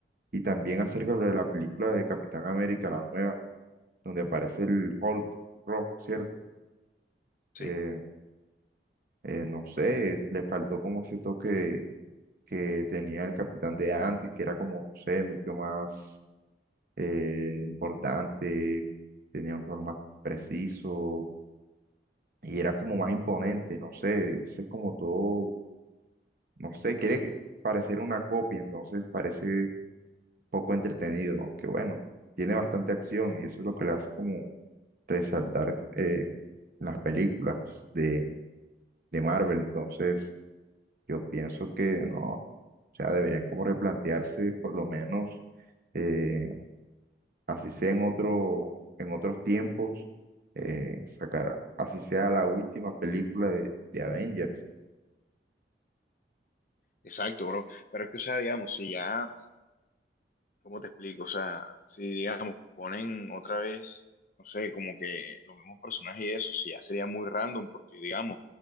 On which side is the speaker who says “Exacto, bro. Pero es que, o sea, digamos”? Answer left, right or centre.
Left